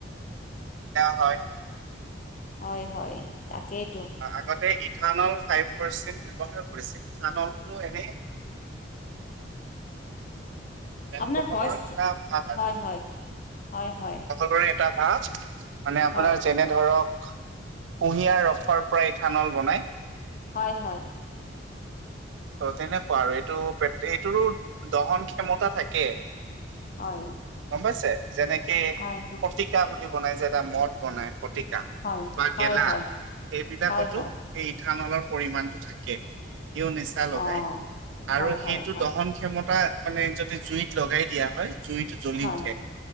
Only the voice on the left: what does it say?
হয় হয়। তাকেইতো
<inaudible>
আপোনাৰ
ভইচ
হয় হয় হয় হয়
হয়
হয় হয়।
হয়।
হয়
হয়
হয়
হয় হয় হয়
হয় হয়
অঁ
হয় হয়
হয়
হয়